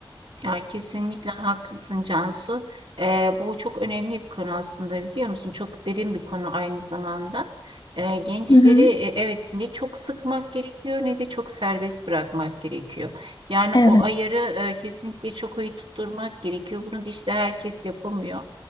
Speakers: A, on the right; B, on the left.
A: Ya kesinlikle haklısın Cansu. Ee, bu çok önemli bir konu aslında biliyor musun? Çok derin bir konu aynı zamanda. Ee, gençleri
B: Hı hı.
A: e, evet ne çok sıkmak gerekiyor ne de çok serbest bırakmak gerekiyor. Yani
B: Evet.
A: o ayarı e, kesinlikle çok iyi tutturmak gerekiyor. Bunu da işte herkes yapamıyor.